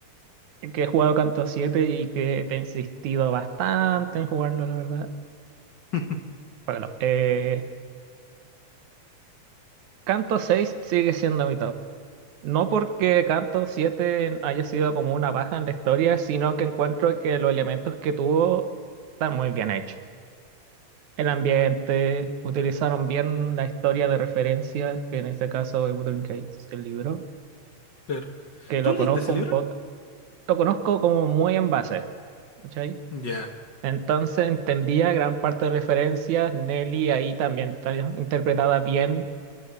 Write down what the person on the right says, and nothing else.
que he jugado Canto siete y que te he insistido bastante en jugarlo, la verdad.
Bueno, eh, Canto seis sigue siendo mi top. No porque Canto siete haya sido como una baja en la historia, sino que encuentro que los elementos que tuvo están muy bien hechos. El ambiente, utilizaron bien la historia de referencia, que en este caso es Wuthering Heights, el libro,
que
lo
conozco
un
poco, lo conozco como muy en base, ¿cachai?
Entonces entendía gran parte de referencias, Nelly ahí también está interpretada bien,